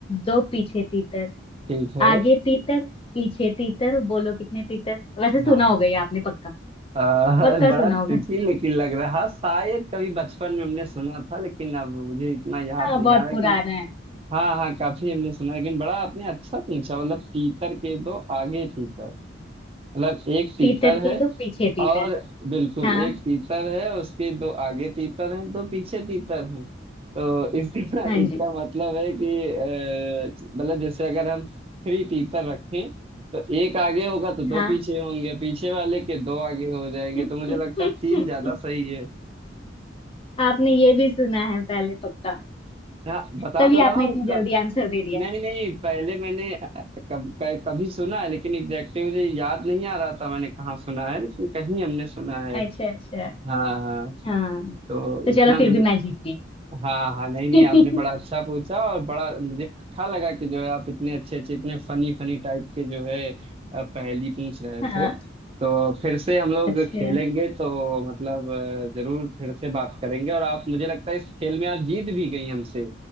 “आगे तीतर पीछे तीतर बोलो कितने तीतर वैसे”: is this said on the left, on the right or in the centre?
Left